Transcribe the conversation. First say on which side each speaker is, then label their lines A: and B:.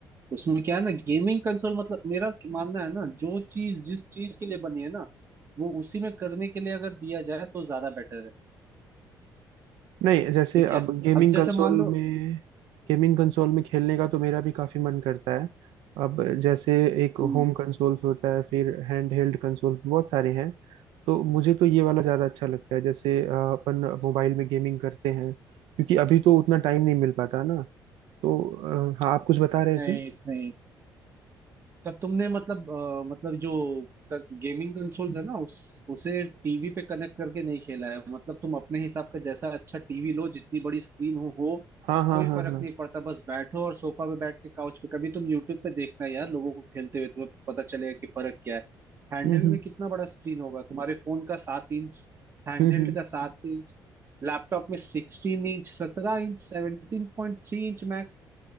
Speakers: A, on the right (about 35°); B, on the right (about 85°).
A: उसमें क्या है ना गेमिंग कंसोल मतलब मेरा मानना है ना जो चीज जिस चीज के लिए बनी है ना वो उसी में करने के लिए अगर दिया जाए तो ज्यादा बेटर है
B: नहीं जैसे
A: ठीक है
B: अब गेमिंग
A: अब जैसे
B: कंसोल
A: मान लो
B: में गेमिंग कंसोल में खेलने का तो मेरा भी काफी मन करता है अब जैसे एक
A: हम्म,
B: होम कंसोल्स होता है फिर हैंड हेल्ड कंसोल बहुत सारे हैं तो मुझे तो ये वाला ज्यादा अच्छा लगता है जैसे अ, अपन मोबाइल में गेमिंग करते हैं क्योंकि अभी तो उतना टाइम नहीं मिल पाता ना तो अ, हाँ आप कुछ बता रहे
A: नहीं
B: थे
A: नहीं तब तुमने मतलब अ, मतलब जो गेमिंग कंसोल्स है ना उस उसे टीवी पे कनेक्ट करके नहीं खेला है मतलब तुम अपने हिसाब का जैसा अच्छा टीवी लो जितनी बड़ी स्क्रीन हो हो
B: हाँ हाँ
A: कोई
B: हाँ
A: फर्क
B: हाँ
A: नहीं पड़ता बस बैठो और सोफा पे बैठ के काउच पे कभी तुम यूट्यूब पे देखना यार लोगों को खेलते हुए तुम्हें पता चलेगा कि फर्क क्या है हैंडहेल्ड
B: हम्म हम्म
A: में कितना बड़ा स्क्रीन होगा तुम्हारे फोन का सात इंच हैंडहेल्ड
B: हम्म
A: का सात इंच लैपटॉप में सिक्सटीन इंच सत्रह इंच सेवनटीन पॉइंट थ्री इंच मैक्स